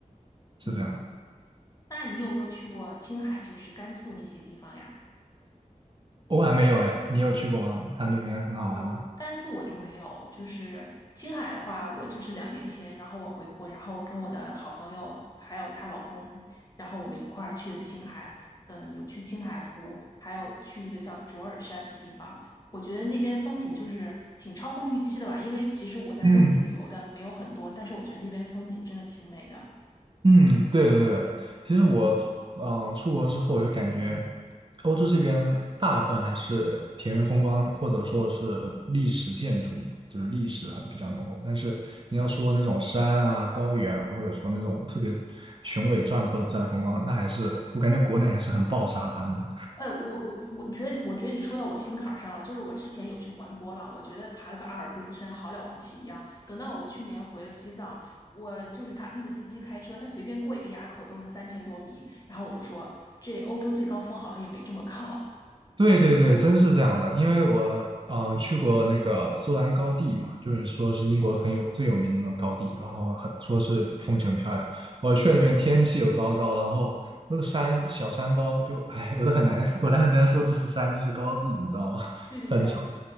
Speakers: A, on the right; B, on the left.
A: 是这样的。
B: 嗯，那你有没有去过青海，就是甘肃那些地方呀？
A: 我还没有哎，你有去过吗？他那边很好玩吗？
B: 哦，甘肃我就没有，就是青海的话，我就是两年前，然后我回国，然后跟我的好朋友还有她老公，然后我们一块儿去的青海，嗯，有去青海湖，还有去一个叫卓尔山的地方。我觉得那边风景就是挺超乎预期的吧，因为其实我在国内旅游的没有很多，
A: 嗯。
B: 但是我觉得那边风景真的挺美的。
A: 嗯，对对对，其实我嗯、呃出国之后，我就感觉欧洲这边大部分还是田园风光，或者说是历史建筑嘛，就是历史很比较浓厚。但是你要说那种山啊、高原啊，或者说那种特别雄伟壮阔的自然风光，那还是我感觉国内还是很暴杀他们的。
B: 呃，我我我觉得，我觉得你说到我心坎儿上了。就是我之前有去环波浪，我觉得爬了个阿尔卑斯山好了不起一样。等到我去年回了西藏，我就是他那个司机开车，他随便过一个垭口都是三千多米，然后我就说这欧洲最高峰好像也没这么高。
A: 对对对，真是这样的。因为我呃去过那个苏兰高地嘛，就是说是英国很有最有名的那种高地，然后很说是风景很漂亮。我去了那边天气又糟糕，然后那个山小山包就哎，我都很难，<laughs> 我都很难说这是山，这是高地，你知道吗？
B: <laughs>
A: <laughs>
B: 对对对，
A: 很